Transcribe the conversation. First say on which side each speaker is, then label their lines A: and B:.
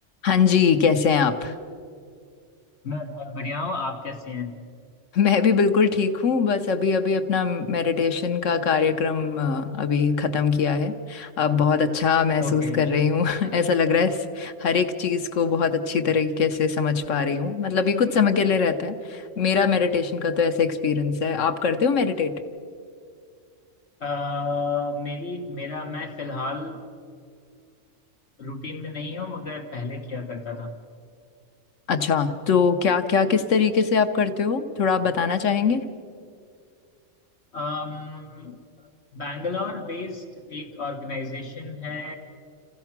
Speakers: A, on the left; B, on the left.
A: हाँ जी कैसे हैं आप
B: मैं बहुत बढ़िया हूँ आप कैसे हैं
A: मैं भी बिल्कुल ठीक हूँ बस अभी अभी अपना मेडिटेशन का कार्यक्रम अ, अभी ख़त्म किया है अब बहुत अच्छा महसूस
B: ओके
A: कर रही हूँ <laughs> ऐसा लग रहा है स- हर एक चीज़ को बहुत अच्छी तरीके से समझ पा रही हूँ मतलब ये कुछ समय के लिए रहता है मेरा मेडिटेशन का तो ऐसा एक्सपीरियंस है आप करते हो मेडिटेट
B: अ, मेरी मेरा मैं फिलहाल रूटीन में नहीं हूँ मगर पहले किया करता था
A: अच्छा तो क्या क्या किस तरीके से आप करते हो थोड़ा आप बताना चाहेंगे
B: अम बैंगलोर बेस्ड एक ऑर्गेनाइजेशन है